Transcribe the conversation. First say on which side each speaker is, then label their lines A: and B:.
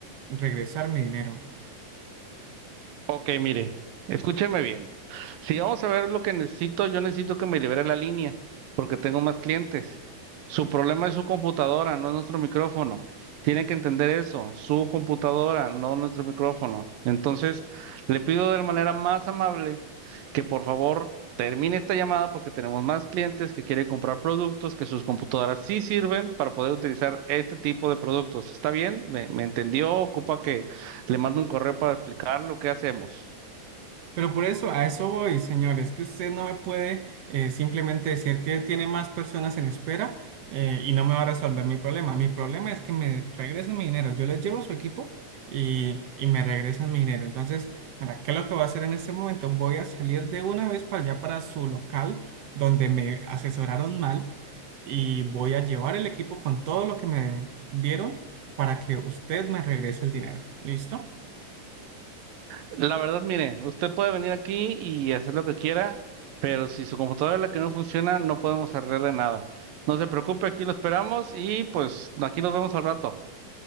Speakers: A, on the right; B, on the right.
A: regresar mi dinero.
B: Ok, mire, escúcheme bien. Si vamos a ver lo que necesito, yo necesito que me libere la línea, porque tengo más clientes. Su problema es su computadora, no es nuestro micrófono. Tiene que entender eso, su computadora, no nuestro micrófono. Entonces, le pido de la manera más amable que por favor termine esta llamada porque tenemos más clientes que quieren comprar productos, que sus computadoras sí sirven para poder utilizar este tipo de productos. ¿Está bien? ¿Me, me entendió? Ocupa que le mando un correo para explicar lo que hacemos.
A: Pero por eso, a eso voy, señores, que usted no me puede eh, simplemente decir que tiene más personas en espera eh, y no me va a resolver mi problema. Mi problema es que me regresen mi dinero. Yo les llevo su equipo y, y me regresan mi dinero. Entonces, mira, ¿qué es lo que voy a hacer en este momento? Voy a salir de una vez para allá, para su local, donde me asesoraron mal y voy a llevar el equipo con todo lo que me dieron para que usted me regrese el dinero. ¿Listo?
B: La verdad, mire, usted puede venir aquí y hacer lo que quiera, pero si su computadora es la que no funciona, no podemos arreglarle nada. No se preocupe, aquí lo esperamos y pues aquí nos vemos al rato.